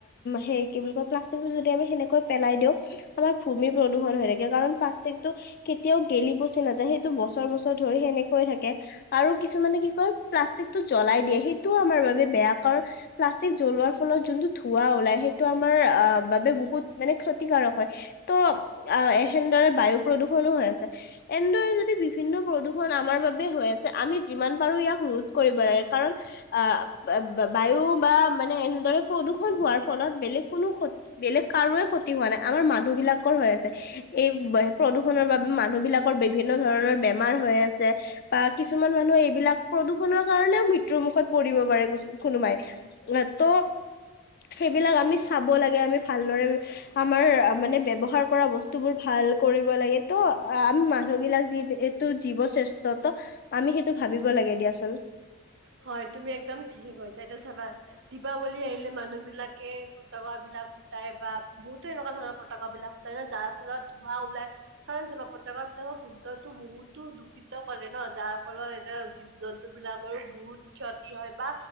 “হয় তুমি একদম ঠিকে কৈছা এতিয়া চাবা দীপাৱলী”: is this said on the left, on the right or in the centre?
Right